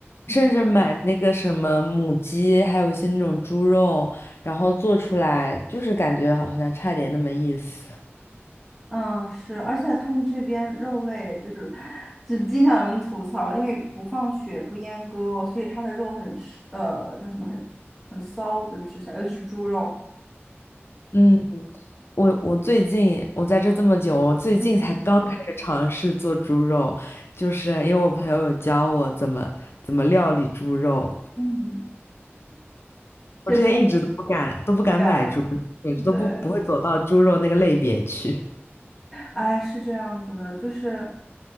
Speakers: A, in the centre; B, on the left.
A: 嗯，
B: 甚至买那个什么母鸡，还有一些那种猪肉，然后做出来，就是感觉好像差点那么意思。
A: 嗯是，而且他们这边肉类就是，就经常有人吐槽，因为不放血不阉割，所以它的肉很是呃，叫什么很很骚，就吃起来，尤其是猪肉。
B: 嗯，我我最近我在这这么久，我最近才刚开始尝试做猪肉，
A: 嗯
B: 就是因为我朋友有教我怎么怎么料理猪肉，
A: 嗯，确实，
B: 我之前一直都不敢都不敢买猪肉，
A: 我不敢，
B: 简直都不不会走到猪肉那个类别去。
A: 对，哎，是这样子的，就是，